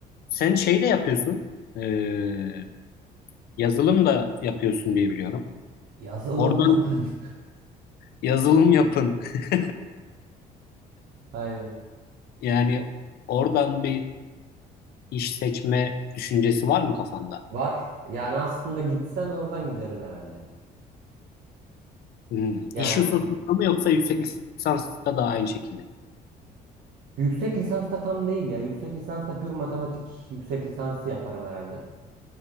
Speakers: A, on the left; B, on the right.
A: sen şey de yapıyorsun. Ee, yazılım da yapıyorsun diye biliyorum.
B: Yazalım
A: Oradan
B: yapın. <laughs>
A: yazılım yapın. <laughs>
B: Aynen.
A: Yani oradan bir iş seçme düşüncesi var mı kafanda?
B: Var. Yani aslında gitsem oradan giderim herhalde.
A: Hmm.
B: Yani
A: İş hususunda
B: işte
A: mı yoksa yüksek lisansta da aynı şekilde?
B: yüksek lisansta tam değil ya. Yüksek lisansta pür matematik yüksek lisansı yaparım herhalde.